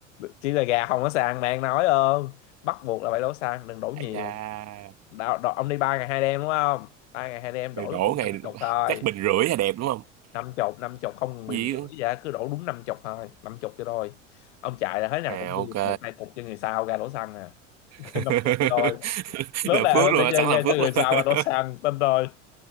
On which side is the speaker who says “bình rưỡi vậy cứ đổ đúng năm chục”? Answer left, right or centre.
Left